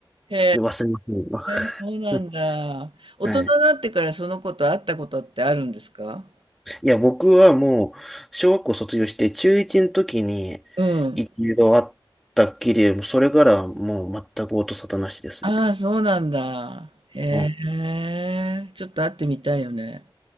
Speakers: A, on the right (about 75°); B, in the centre.
A: へ
B: 忘れませんよ。
A: え、そうなんだ。
B: <laughs>
A: 大人になってからその子と会ったことってあるんですか
B: はい。いや、僕はもう、小学校卒業して中1の時に
A: うん。
B: 一度会ったっきり、それからはもう全く音沙汰なしですね。
A: ああ、そうなんだ。へ
B: うん、
A: え、ちょっと会ってみたいよね。